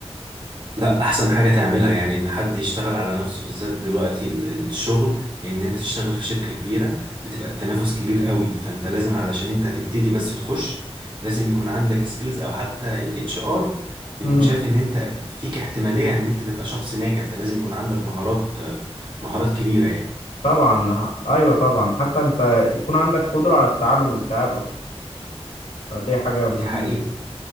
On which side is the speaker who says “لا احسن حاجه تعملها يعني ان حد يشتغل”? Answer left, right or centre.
Right